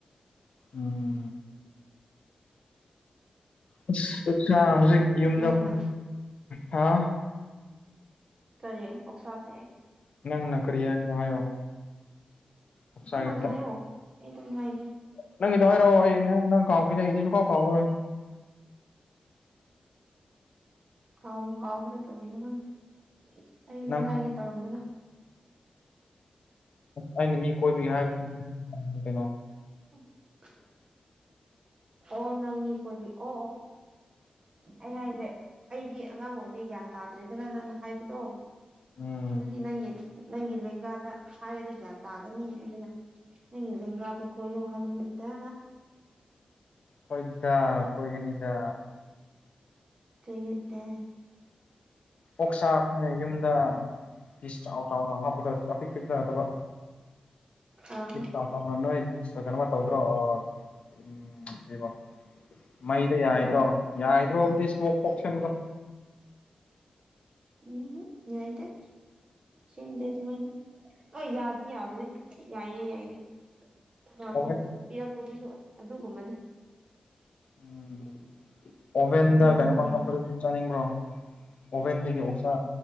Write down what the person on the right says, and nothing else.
ꯅꯪꯅ
ꯀꯔꯤ ꯑꯣꯣꯛꯁꯥꯛꯈꯑꯦ
ꯅꯪ ꯍꯜꯅ‌
ꯍꯥꯏꯌꯣ ꯑꯩ ꯑꯗꯨꯝ ꯍꯥꯏꯒꯦ
ꯀꯥꯎꯕꯨ ꯀꯥꯎꯈꯔꯦ ꯀꯔꯤꯔ ꯈꯪꯗꯦ ꯑꯩ
ꯁꯤ ꯍꯥꯏꯒꯦ ꯇꯧꯔꯝꯕꯗꯣ
<unintelligible> ꯑꯣꯜ ꯅꯪ ꯃꯤ ꯀꯣꯏꯕꯩ ꯑꯣ ꯑꯣ ꯑꯩꯅ ꯍꯥꯏꯁꯦ ꯑꯩꯗꯤ ꯑꯉꯥꯡ ꯑꯣꯏꯕꯩ ꯒ꯭ꯌꯥꯟ ꯇꯥꯗ꯭ꯔꯦꯗꯅ ꯅꯪꯅ ꯍꯥꯏꯕꯗꯣ
ꯑꯗꯨꯗꯤ ꯅꯪꯒꯤ ꯅꯪꯒꯤ ꯂꯦꯡꯒꯥꯗ ꯍꯥꯏꯔꯗꯤ ꯒ꯭ꯌꯥꯟ ꯇꯥꯒꯅꯤ ꯑꯗꯨꯅ ꯅꯪꯒꯤ ꯂꯦꯡꯒꯥꯗꯣ ꯀꯣꯏꯌꯨ ꯍꯥꯏꯕꯅꯤꯗ
ꯀꯣꯏꯎꯗ
ꯑꯥ
ꯎꯝ ꯌꯥꯏꯗ ꯁꯤꯗꯦ ꯑꯗꯨꯃꯥꯏꯅ ꯑꯣ ꯌꯥꯗꯤ ꯌꯥꯕꯅꯦ ꯌꯥꯏꯌꯦ ꯌꯥꯏꯌꯦ ꯅꯍꯟꯃꯨꯛ
ꯄꯤꯔꯛꯄꯗꯨꯁꯨ ꯑꯗꯨꯒꯨꯝꯕꯅꯤ
ꯏꯃꯥꯅ
ꯄꯤꯕꯗꯣ